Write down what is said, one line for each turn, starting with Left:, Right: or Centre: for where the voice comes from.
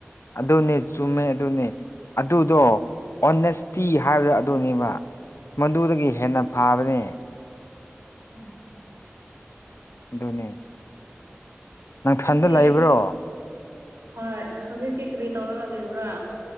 Left: ꯑꯗꯨꯅꯦ ꯆꯨꯝꯃꯦ ꯑꯗꯨꯅꯦ ꯑꯗꯨꯗꯣ ꯑꯣꯅꯦꯁꯇꯤ ꯍꯥꯏꯕꯗꯨ ꯑꯗꯨꯅꯦꯕ ꯃꯗꯨꯗꯒꯤ ꯍꯦꯟꯅ ꯐꯕꯅꯤ
Right: ꯎꯝ
Left: ꯑꯗꯨꯅꯦ ꯅꯪꯊꯟꯗ
Right: ꯍꯧꯖꯤꯛꯇꯤ
Left: ꯂꯩꯕ꯭ꯔꯣ
Right: ꯍꯣꯏ ꯍꯧꯖꯤꯛꯇꯤ ꯀꯔꯤ ꯇꯧꯔꯒ ꯂꯩꯕ꯭ꯔꯥ